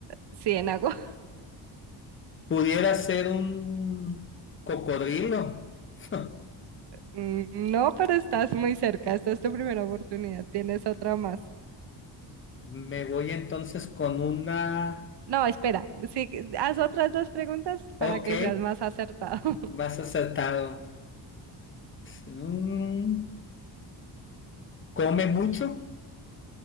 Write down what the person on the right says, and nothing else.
Sí, en agua.
Mm, No, pero estás muy cerca. Esta es tu primera oportunidad. Tienes otra más.
No, espera. Sí, haz otras dos preguntas para
que seas más acertado. <laughs>